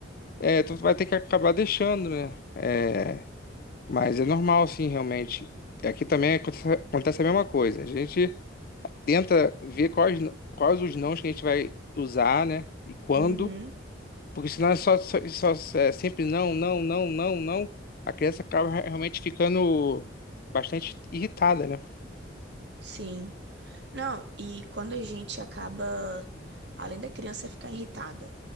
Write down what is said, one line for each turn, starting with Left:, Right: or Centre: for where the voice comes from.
Left: é, tu vai ter que acabar deixando, né? É, mas é normal, sim, realmente. E Aqui também acontece, acontece a mesma coisa. A gente tenta ver quais, quais os nãos que a gente vai usar, né? E quando.
Right: Uhum,
Left: Porque senão é só, só, só- é sempre não, não, não, não, não. A criança acaba realmente ficando bastante irritada, né?
Right: sim. Não, e quando a gente acaba, além da criança ficar irritada,